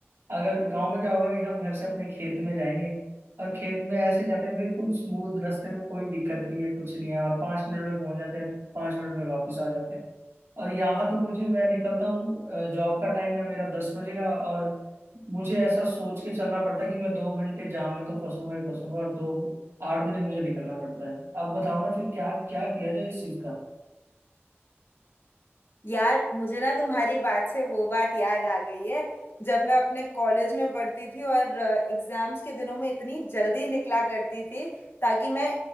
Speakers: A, on the right; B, on the left.
A: अगर गाँव में क्या होगा कि हम घर से अपने खेत में जाएंगे और खेत में ऐसे जाते हैं बिल्कुल स्मूथ रास्ते में कोई दिक्कत नहीं है कुछ नहीं है और पाँच मिनट में पहुंच जाते हैं पाँच मिनट में वापस आ जाते हैं और यहाँ तो मुझे मैं निकलता हूँ जॉब का टाइम है मेरा दस बजे का और मुझे ऐसा सोच के चलना पड़ता है कि मैं दो घंटे जाम में तो फंसूंगा ही फंसूंगा और दो आठ बजे मुझे निकलना पड़ता है अब बताओ ना फिर क्या क्या किया जाए इस चीज का।
B: यार मुझे ना तुम्हारी बात से वो बात याद आ गई है जब मैं अपने कॉलेज में पढ़ती थी और एग्जाम्स के दिनों में इतनी जल्दी निकला करती थी ताकि मैं